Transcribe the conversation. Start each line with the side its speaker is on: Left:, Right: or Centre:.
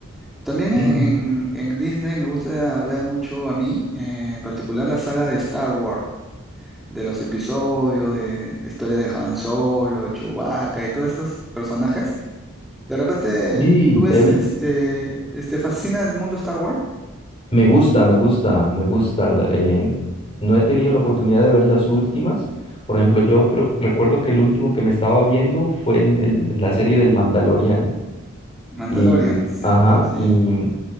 Centre: También en,
Left: sí
Centre: en- en Disney me gusta ver mucho a mí, eh, en particular la saga de Star Wars de los episodios, de la historia de Han Solo, de Chewbacca y todos esos personajes. De repente
Left: sí
Centre: tú ves,
Left: he vi-
Centre: este, este fascina el mundo Star Wars,
Left: me gusta, me gusta, me gusta. la- eh, no he tenido la oportunidad de ver las últimas. Por ejemplo, yo creo, recuerdo que el último que me estaba viendo fue el- el- la serie del Mandalorian.
Centre: Mandalorian,
Left: Y,
Centre: <laughs> sí,
Left: ajá,
Centre: sí.
Left: y